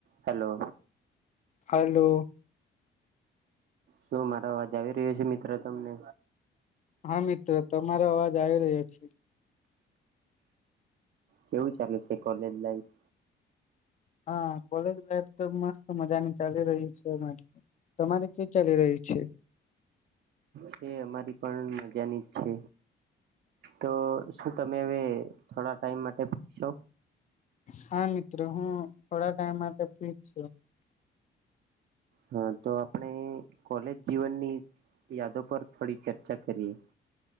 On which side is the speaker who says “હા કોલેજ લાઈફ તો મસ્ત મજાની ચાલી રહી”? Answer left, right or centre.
Left